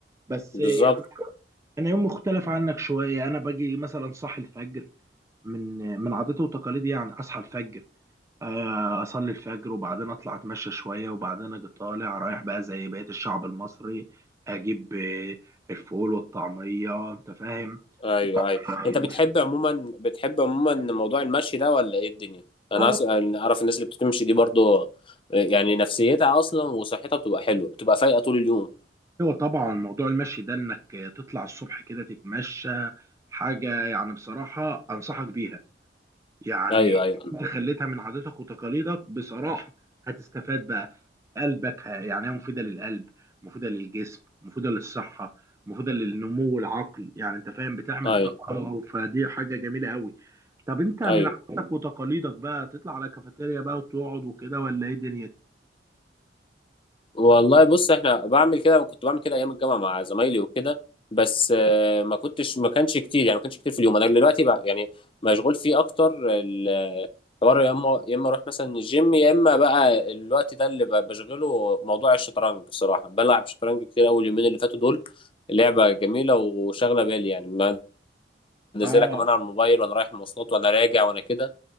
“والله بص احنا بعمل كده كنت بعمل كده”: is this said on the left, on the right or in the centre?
Left